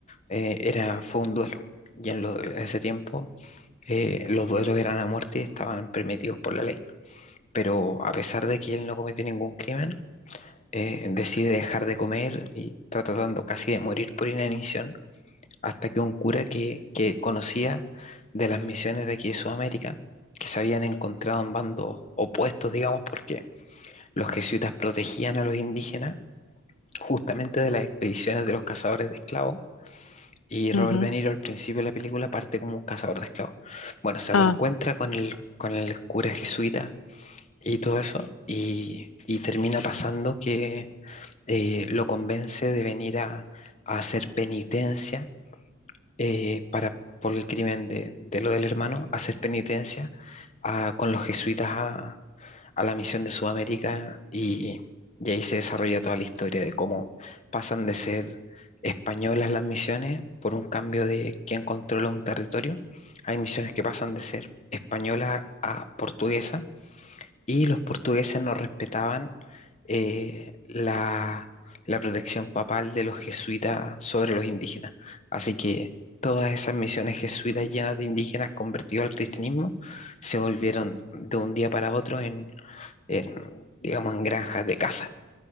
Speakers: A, on the left; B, on the left.
A: eh, era, fue un duelo. Y en, lo- en ese tiempo eh, los duelos eran a muerte y estaban permitidos por la ley. Pero a pesar de que él no cometió ningún crimen, eh, decide dejar de comer y está tratando casi de morir por inanición hasta que un cura que, que conocía de las misiones de aquí de Sudamérica, que se habían encontrado en bandos opuestos, digamos, porque los jesuitas protegían a los indígenas justamente de las expediciones de los cazadores de esclavos. Y
B: Ujú,
A: Robert
B: ujú.
A: De Niro al principio de la película parte como un cazador de esclavos. Bueno, se
B: Ah,
A: reencuentra con el, con el cura jesuita y todo eso, y, y termina pasando que eh, lo convence de venir a, a hacer penitencia eh, para, por el crimen de, de lo del hermano, hacer penitencia a- con los jesuitas a, a la misión de Sudamérica y, y ahí se desarrolla toda la historia de cómo pasan de ser españolas las misiones por un cambio de quién controla un territorio. Hay misiones que pasan de ser españolas a portuguesas y los portugueses no respetaban eh, la, la protección papal de los jesuitas sobre los indígenas. Así que todas esas misiones jesuitas llenas de indígenas convertidos al cristianismo se volvieron de un día para otro en, en, digamos, en granjas de caza